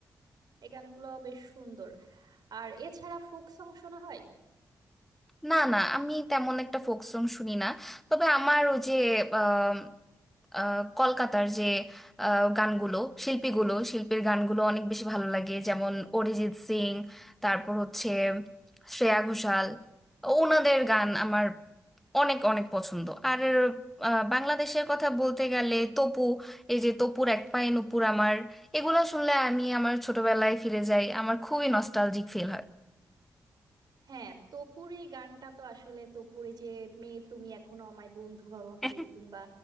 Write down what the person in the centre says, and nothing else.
না না আমি তেমন একটা ফোক সং শুনি না তবে আমার ওই যে আম, আহ, কলকাতার যে আহ, গানগুলো শিল্পীগুলো শিল্পীর গানগুলো অনেক বেশি ভালো লাগে যেমন অরিজিৎ সিং তারপর হচ্ছে শ্রেয়া ঘোষাল ওনাদের গান আমার অনেক অনেক পছন্দ আর আহ, বাংলাদেশের কথা বলতে গেলে তপু এই যে তপুর এক পায়ে নুপুর আমার এগুলো শুনলে আমি আমার ছোটবেলায় ফিরে যাই আমার খুবই নস্টালজিক ফিল হয়
<laughs>